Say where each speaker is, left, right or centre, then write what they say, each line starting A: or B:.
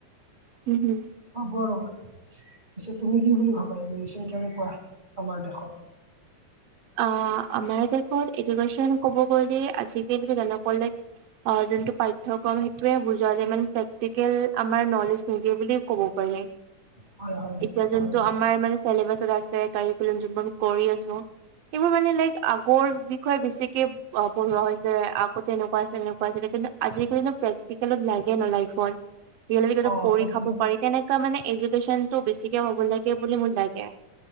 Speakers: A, on the right (about 85°); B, on the right (about 15°).
A: উম হম
B: পাৰো, <unintelligible> পিছে তুমি কি বুলি ভাবা, এডুকেশচন কেনেকুৱা আমাৰ দেশত?
A: অঁ আমাৰ দেশত এডুকেশ্যন ক'ব গ'লে আজিকালি <unintelligible> নক'লে অ যোনটো পাঠ্যক্ৰম সেইটোৱেই বুজোৱা যায় মানে প্ৰেক্টিকেল আমাৰ নলেজ নিদিয়ে বুলি ক'ব পাৰি।
B: হয় হয় সেইটোতো
A: এতিয়া যোনটো
B: হয় বাৰু
A: আমাৰ মানে চেলেবাছত আছে কাৰিকোলাম যোনবোৰ আমি কৰি আছোঁ। এইবোৰ মানে লাইক আগৰ বিষয়ে বেছিকে অ পঢ়োৱা হৈছে আগতে এনেকুৱা আছিল এনেকুৱা আছিলে কিন্তু আজিকালিতো প্ৰেক্টিকেলত লাগে ন লাইফত। <unintelligible>
B: অ
A: <unintelligible> কৰি
B: প্ৰেক্টিকেল
A: খাব পাৰি। তেনেকুৱা মানে এডুকেশ্যন টো বেছিকে হ'ব লাগে বুলি মোৰ লাগে।